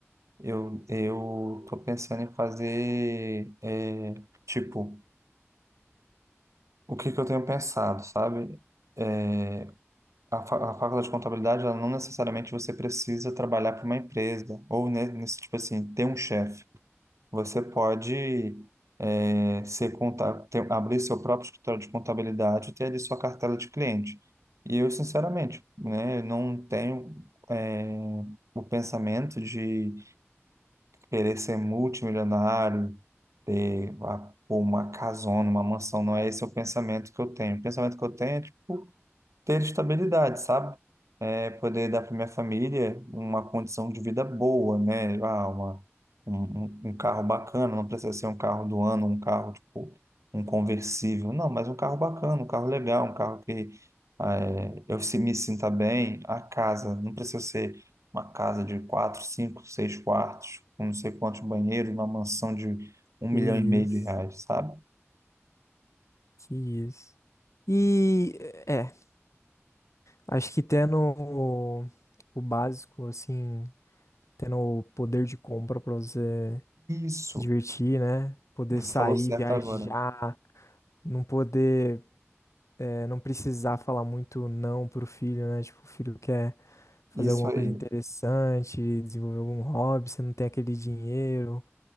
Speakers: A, on the right; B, on the left.
A: eu, eu tô pensando em fazer, é, tipo, o que que eu tenho pensado, sabe? É, a, fa- a faculdade de contabilidade, ela não necessariamente você precisa trabalhar para uma empresa, ou ne- nesse, tipo assim, ter um chefe. Você pode eh, ser conta- ter- abrir seu próprio escritório de contabilidade e ter ali sua cartela de cliente. E eu, sinceramente, né, eu não tenho eh, o pensamento de querer ser multimilionário, ter a- pô, uma casona, uma mansão. Não é esse o pensamento que eu tenho. O pensamento que eu tenho é, tipo, ter estabilidade, sabe? É, poder dar para minha família uma condição de vida boa, né? Ah, uma, um, um um carro bacana, não precisa ser um carro do ano, um carro tipo um conversível, não, mas um carro bacana, um carro legal, um carro que ah, é, eu se- me sinta bem. A casa, não precisa ser uma casa de quatro, cinco, seis quartos, com não sei quantos banheiros, uma mansão de um milhão
B: Que isso,
A: e meio de reais, sabe?
B: que isso. E. é. Acho que tendo o, o básico, assim, tendo o poder de compra pra você
A: Isso,
B: se divertir, né? Poder
A: você
B: sair,
A: falou certo
B: viajar,
A: agora.
B: não poder, eh, não precisar falar muito não pro filho, né? Tipo, o filho quer fazer
A: Isso
B: alguma
A: aí.
B: coisa interessante, desenvolver algum hobby, você não tem aquele dinheiro.